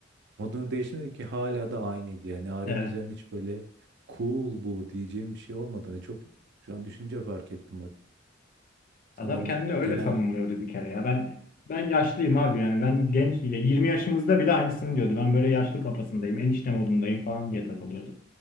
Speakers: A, on the right; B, on the left.
A: Modunu değiştirmedi ki hala da aynıydı. Yani Arya'nın
B: Evet.
A: üzerine hiç böyle cool bu diyeceğim bir şey olmadığını çok şu an düşününce fark ettim bak. Sanırım
B: Adam kendini öyle
A: genel
B: tanımlıyordu bir kere ya. Ben ben yaşlıyım abi yani ben genç ya 20 yaşımızda bile aynısını diyordu. Ben böyle yaşlı kafasındayım, enişte modundayım falan diye takılıyordu.